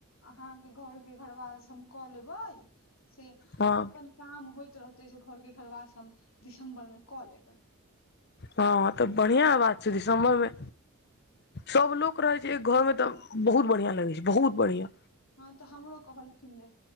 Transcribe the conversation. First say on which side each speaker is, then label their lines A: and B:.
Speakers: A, on the left (about 75°); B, on the left (about 50°).
A: अहाँके घरके घरवास हम कऽ लेबै से
B: हँ
A: अपन काम होइत रहते से घर के घरबास हम दिसम्बर मे कऽ लेबै
B: हँ तऽ बढ़ियाँ बात छै दिसम्बरमे सभ लोक रहैत छै एक घरमे तऽ बहुत बढ़ियाँ लगै छै बहुत बढ़ियाँ
A: हँ तऽ हमरो कहलखिन रे